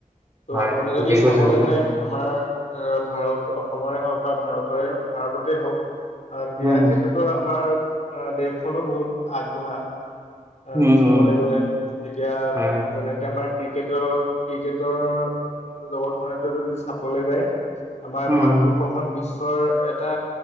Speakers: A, on the left (about 55°); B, on the right (about 20°).
A: ত'
B: হয়
A: আপুনি
B: ঠিকেই
A: যদি
B: কৈছে
A: চাবলৈ।
B: আপুনি
A: য আমাৰ আহ ভাৰত অসমৰে হওক বা ভাৰতৰে ভাৰততে হওক। অঁ দিয়াৰ
B: উম উম
A: ক্ষেত্ৰতো আমাৰ অ দেশখনো বহুত আগবঢ়া। আহ
B: উম
A: চাবলৈ
B: উম,
A: গলে এতিয়া
B: হয় হয়
A: যেনেকে আমাৰ। ক্ৰিকেটত ক্ৰিকেটৰ জগতখনো যদি চাবলৈ যায়। আমাৰ
B: উম উম
A: ভাৰতবৰ্ষখন বিশ্বৰ এটা